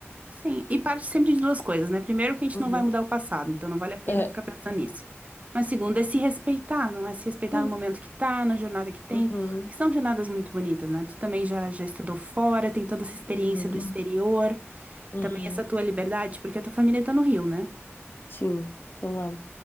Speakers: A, on the right (about 30°); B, on the left (about 45°).
A: Sim. E parte sempre de duas coisas, né? Primeiro, que a gente
B: Uhum.
A: não vai mudar o passado, então não vale a pena
B: É.
A: ficar pensando nisso. Mas segundo, é se respeitar, não é se respeitar
B: Sim.
A: no momento que tá, na jornada que tem,
B: Uhum.
A: porque são jornadas muito bonitas, né? Tu também já, já estudou fora, tem toda essa experiência
B: Uhum.
A: do exterior,
B: Uhum.
A: e também essa tua liberdade, porque a tua família tá no Rio, né?
B: Sim. Então é.